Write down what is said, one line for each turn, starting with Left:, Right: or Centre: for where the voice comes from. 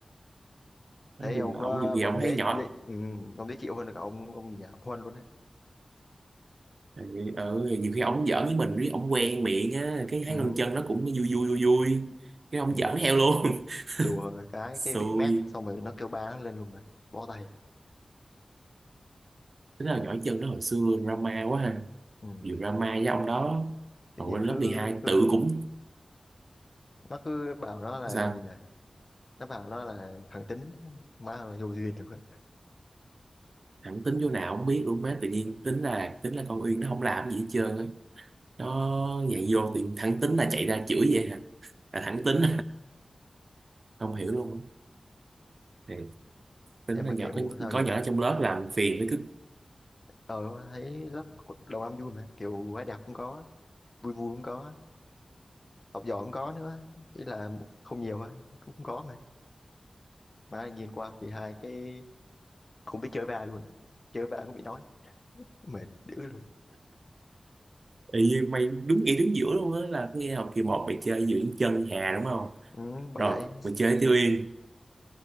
Left: thấy
Right: nói chung
Left: ông
Right: là
Left: nó
Right: ông nhiều khi
Left: còn
Right: ông
Left: dễ,
Right: thấy nhỏ
Left: dễ ừ, ông dễ chịu hơn cả ông ông nhà ông Huân luôn đấy
Right: ừ, ừ, nhiều khi ông giỡn với mình riết ông quen miệng á cái
Left: ừ,
Right: thấy con chân nó cũng vui vui vui vui cái ông
Left: ừ.
Right: giỡn theo luôn
Left: đùa
Right: <laughs>
Left: cái
Right: xui
Left: cái bị mát xong rồi nó kêu ba nó lên luôn mà bó tay
Right: thế là nhỏ chân nó hồi xưa drama quá ha
Left: ừ.
Right: nhiều drama với ông đó
Left: tự
Right: còn
Left: nhiên
Right: lên lớp
Left: cứ
Right: 12
Left: cứ
Right: tự cũng
Left: nó cứ bảo nó là
Right: sao
Left: gì nhỉ nó bảo nó là thằng tính má ơi vô duyên thì quá
Right: thẳng tính chỗ nào không biết luôn má tự nhiên tính là tính là con Uyên nó không làm gì hết trơn á nó nhảy vô thì thẳng tính là chạy ra chửi vậy hả là thẳng tính <laughs> không hiểu luôn á. thì tính
Left: em
Right: là
Left: mà
Right: nhỏ
Left: kiểu
Right: có,
Left: sao
Right: có
Left: nhỉ
Right: nhỏ
Left: ta
Right: trong lớp làm phiền với
Left: ờ thấy lớp đầu năm vui mà kiểu gái đẹp cũng có vui vui cũng có học giỏi không có nữa ý là không nhiều thôi cũng không có mà mà nhìn qua học kỳ hai cái không biết chơi va luôn chơi va cũng bị nói mệt dữ luôn
Right: Ý, mày đúng nghĩa đứng giữa luôn á là nghe học kỳ một mày chơi giữa chân Hà đúng không
Left: ừ, bởi
Right: rồi
Left: vậy
Right: mày chơi Tiêu Yên